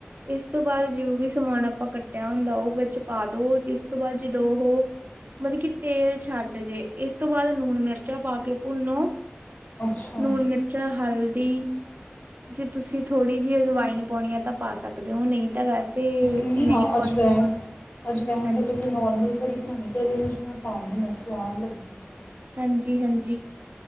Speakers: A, on the right (about 50°); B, on the left (about 45°).
A: ਇਸ ਤੋਂ ਬਾਦ ਜੋ ਵੀ ਸਮਾਨ ਆਪਾਂ ਕੱਟਿਆ ਹੁੰਦਾ ਓ ਵਿੱਚ ਪਾ ਦੋ ਇਸ ਤੋਂ ਬਾਦ ਜਦੋਂ ਓਹ ਮਤਲਬ ਕਿ ਤੇਲ ਛੱਡ ਜੇ ਇਸ ਤੋਂ ਬਾਦ ਨੁਨ, ਮਿਰਚਾਂ ਪਾ ਕੇ ਭੁੰਨੋ।
B: ਅੱਛਾ
A: ਨੁੂਨ, ਮਿਰਚਾਂ, ਹਲਦੀ ਜੇ ਤੁਸੀਂ ਥੋੜੀ ਜੀ ਅਜਵੈਨ ਪਾਨੀ ਆ ਤਾਂ ਪਾ ਸਕਦੇ ਓ ਨਈ ਤਾਂ ਵੈਸੇ
B: ਨੀ
A: ਨਹੀਂ
B: ਹਾ
A: ਪਾਉਣੀ
B: ਅਜਵੈਨ, ਅਜਵੈਨ
A: ਹਾਂਜੀ
B: ਦਾ ਕੋਈ ਨੋਰਮਲ ਕੜੀ ਬਨਾਨੀ ਤੇ ਓਦੇ ਵਿੱਚ ਮੈਂ ਪਾਨੀ ਆ ਸਵਾਦ ਲੱਗਦੀ ਜਵੈਨ
A: ਹਾਂਜੀ, ਹਾਂਜੀ,